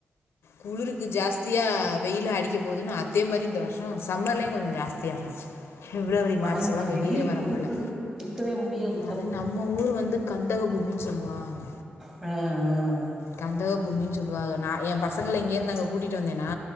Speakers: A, on the left (about 85°); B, on the right (about 20°).
A: குளிருக்கு ஜாஸ்தியா வெயில் அடிக்க போதுன்னா அதே மாதிரி இந்த வருஷம் சம்மர்லயும் கொஞ்சம் ஜாஸ்தியா இருந்துச்சு பிப்ரவரி
B: ஆனா
A: மார்ச்லாம்
B: இங்க
A: வெளியிலே
B: வெயில்
A: வர
B: கொளுத்துது
A: முடியல
B: இருக்கவே முடியாது
A: அது நம்ம ஊர் வந்து கந்தக பூமின்னு சொல்லுவாங்க
B: ஆஹ்ஹ
A: கந்தக பூமின்னு சொல்லுவாங்க நான் என் பசங்களை இங்கே இருந்து கூட்டிகிட்டு வந்தேன்னா